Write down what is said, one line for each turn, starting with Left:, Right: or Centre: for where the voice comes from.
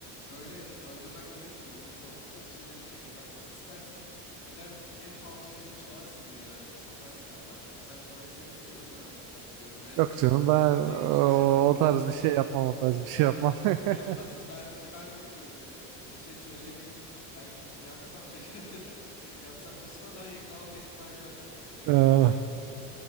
Left: Böyle öldürmen gerekmiyor. Bunu korkutmak için bile bir şey yaparsın. İstersen gider en pahalı şeyleri çalarsın dünyadaki satarsın abi. Bak seni sen parayı seviyorsun ya o yüzden örnek verdim. Görünmezliğin
Right: Yok canım
Left: de
Right: ben
Left: nasıl
Right: o,
Left: zengin olacağını
Right: o tarz bir şey yapmam o tarz bir şey yapmam.
Left: <laughs> yapmaz.
Right: <laughs>
Left: Ben ben bilmiyorum. Beni bir şey söylemeyeyim. Belki yapsam şaşır <laughs> yapsam şaşırmam. Zaten yakalanma ihtimali yok abi. Gerek
Right: Ah.
Left: yani sıkıntı yok.